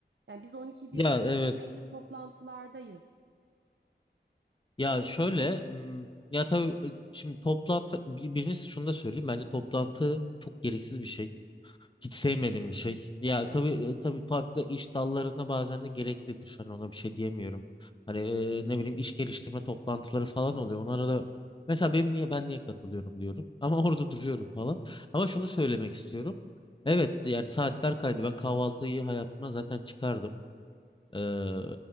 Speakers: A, on the right; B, on the left.
A: Yani biz 12-1
B: Ya
A: arası
B: evet,
A: sürekli toplantılardayız.
B: ya şöyle, hmm, ya tabii e, şimdi toplantı, bir- birincisi şunu da söyleyeyim, bence toplantı çok gereksiz bir şey. Hiç sevmediğim bir şey. Ya
A: Evet.
B: tabii e, tabii farklı iş dallarında bazen de gereklidir. Hani ona bir şey diyemiyorum. Hani e, ne bileyim iş geliştirme toplantıları falan oluyor. Onlara da mesela benim niye ben niye katılıyorum diyorum. <laughs> Ama orada duruyorum falan. Ama şunu söylemek istiyorum. Evet yani saatler kaydı. Ben kahvaltıyı hayatımdan zaten çıkardım. Ee,